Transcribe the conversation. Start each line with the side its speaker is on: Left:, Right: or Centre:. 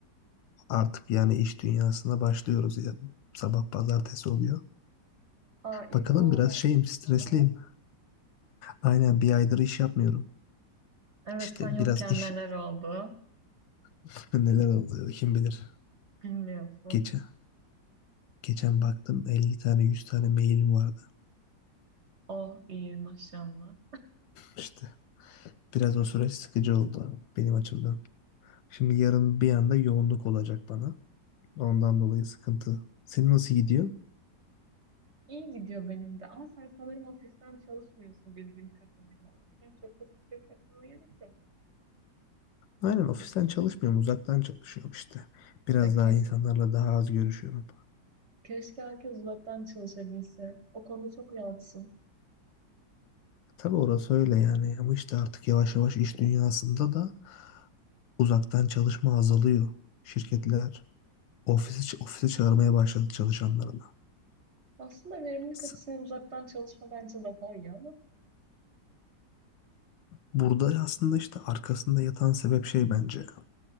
Left: Artık yani iş dünyasına başlıyoruz ya. Sabah pazartesi oluyor.
Right: Aa, iyi
Left: Bakalım
Right: bir mola
Left: biraz
Right: vermiş
Left: şeyim stresliyim.
Right: o zaman.
Left: Aynen bir aydır iş yapmıyorum.
Right: Evet,
Left: İşte
Right: sen yokken
Left: biraz iş
Right: neler oldu?
Left: <laughs> neler oldu kim bilir.
Right: Bilmiyorsun.
Left: Geçen, geçen baktım 50 tane 100 tane mailim vardı.
Right: Oh, iyi maşallah.
Left: İşte biraz o süreç sıkıcı oldu benim açımdan. Şimdi yarın bir anda yoğunluk olacak bana. Ondan dolayı sıkıntı. Senin nasıl gidiyor?
Right: İyi gidiyor benim de ama sen sanırım ofisten çalışmıyorsun bildiğim kadarıyla. O yüzden çok da stres yapmana gerek yok.
Left: Aynen ofisten çalışmıyorum, uzaktan çalışıyorum işte. Biraz
Right: Ya keş-
Left: daha insanlarla daha az görüşüyorum.
Right: keşke herkes uzaktan çalışabilse. O konuda çok rahatsın.
Left: Tabii orası öyle yani ama işte artık yavaş yavaş iş dünyasında da uzaktan çalışma azalıyor. Şirketler ofise, ofise çağırmaya başladı çalışanlarını.
Right: Aslında verimlilik
Left: S-
Right: açısından uzaktan çalışma bence daha iyi ama.
Left: Burada aslında işte arkasında yatan sebep şey bence.